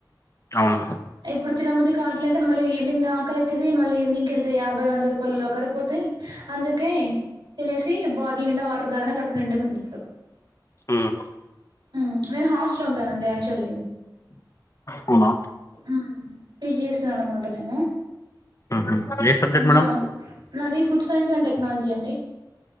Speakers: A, on the left (about 40°); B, on the right (about 75°).
A: అవును
B: ఇప్పుడు తినముది కావట్ అంటే మళ్ళీ ఇప్పుడు తిన బుద్ధి కావట్లే అంటే ఈవినింగ్ ఆకలై తుది మళ్ళీ ఈవినింగ్కి వెళ్తే యాభై వంద రూపాయలు అక్కడిపోతాయి <unintelligible> అందుకే తినేసి బాటిల్ నిండా వాటర్ తాగిన కడుపు నిండుగుంది ఇపుడు
A: ఉం
B: ఉం నేను హాస్టల్ ఉంటానండి యాక్చువల్లీ
A: అవునా
B: ఉం పిజి చెస్తున్నా అన్నమాట నేను
A: ఉహు. ఏ సబ్జెక్ట్ మేడం
B: యా నాది ఫుడ్ సైన్స్ అండ్ టెక్నాలజీ అండి